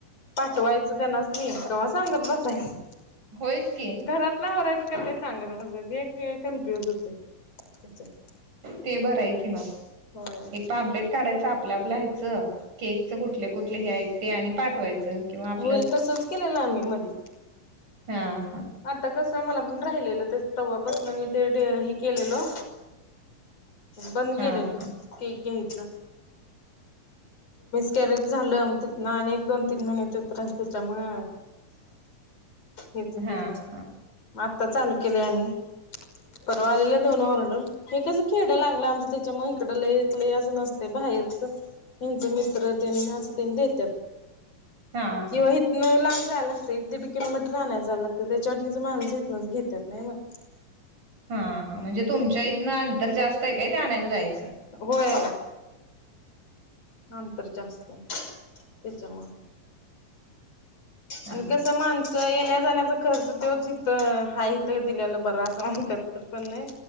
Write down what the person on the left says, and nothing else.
पाठवायचं तेनासनी कव्हा सांगत बसायचं.
घरातलं आवरारायचं का ते सांगत बसायचं हे हे कन्फ्युज होतयं तेच्यात
होय
होय तसचं केललं आम्ही मधी.
आता कसं मला पण राहिलेलं ते तव्हापासून मी ते डी हे केलेलो. बंद
गेलेलं
ते घ्यायचं. कॅरेट झालं तिथंनं आणि एक दोन तीन महिने ते त्रास तेच्यामुळं. हेच
केलं
म आतां चालू केलयं आणि परवा आलेलं दोन ऑर्डर. हे कसं खेडं लागलं आमचं तेच्यामुळं इकडं लयं लयं असतयं नसतयं बाहेरचं. हेंचं मित्र तेंन <unintelligible> देत्यात.
किंवा हिथंनं लांब जायला लागतयं दीडकिलोमी आणायला जायला लागतयं तर ते चटणीचं माणसं हीथंनच घेत्यात नाही मग.
होय अंतर जास्त हाय तेच्यामुळं.
आणि कसं माणसं त्या येण्या जाण्याचा खर्च तोच इथं हायं हिथं दिलेला बरा असं म्हणत्यात तर पण.